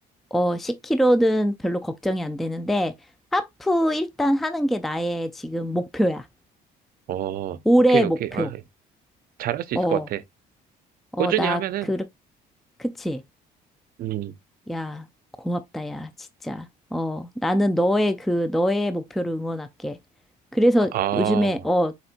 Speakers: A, in the centre; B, on the right.
A: 어, 1 0 k 는 별로 걱정이 안 되는데, 하프 일단 하는 게 나의 지금 목표야.
B: 어,
A: 올해
B: 오케이, 오케이.
A: 목표.
B: 아, 잘할 수
A: 어,
B: 있을 것 같아.
A: 어,
B: 꾸준히
A: 나,
B: 하면은,
A: 그, 그치.
B: 음,
A: 야, 고맙다, 야, 진짜. 어, 나는 너의 그, 너의 목표를 응원할게. 그래서
B: 아,
A: 요즘에, 어,